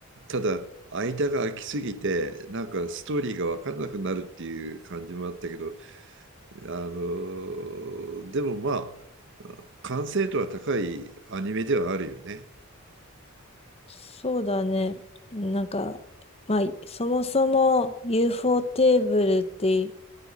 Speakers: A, on the right; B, on the left.
A: ただ間が空きすぎてなんかストーリーが分からなくなるっていう感じもあったけどあのでもまあ完成度は高いアニメではあるよね。
B: そうだね。なんか、まあ、そもそも UFO テーブルって